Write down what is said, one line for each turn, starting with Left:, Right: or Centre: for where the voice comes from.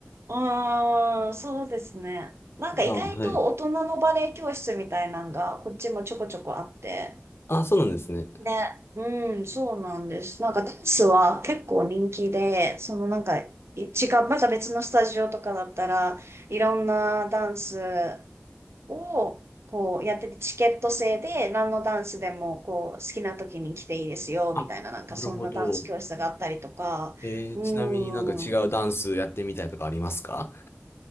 Right: うーん、そうですね。なんか意外と大人のバレエ教室みたいなのがこっちもちょこちょこあって。
Left: いや、はい。あ、そうなんですね。
Right: で、うん、そうなんです。なんかダンスは結構人気で、そのなんかい違う、また別のスタジオとかだったらいろんなダンスをこうやっててチケット制で何のダンスでもこう好きな時に来ていいですよみたいななんかそんなダンス教室があったりとか、
Left: あ、なるほど。えー、
Right: うん、
Left: ちなみになんか違うダンスやってみたいとかありますか